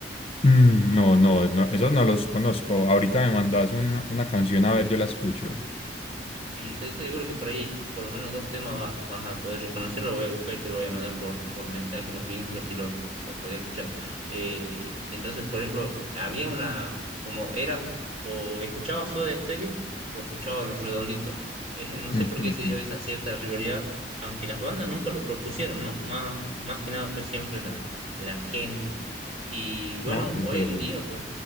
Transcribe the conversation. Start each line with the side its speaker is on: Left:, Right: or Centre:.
Left: Mm, no, no, no, esos no los conozco. Ahorita me mandas una, una canción a ver, yo la escucho.
Right: Y estoy seguro que por ahí por lo menos dos temas vas, vas a poder reconocer, lo voy a buscar y te lo voy a mandar por, por mensaje, los vínculos, si los, los podés escuchar. Eh, entonces, por ejemplo, había una, como era, o escuchaba Soda Stereo o escuchaba Los Redonditos. <laughs> Eh, no sé
Left: Ujú.
Right: por qué se dio esa cierta rivalidad, aunque las bandas nunca lo propusieron, ¿no? Más, más que nada fue siempre la, la gente. Y bueno,
Left: Ah, qué
Right: hoy
Left: interesante.
Right: en día, pues,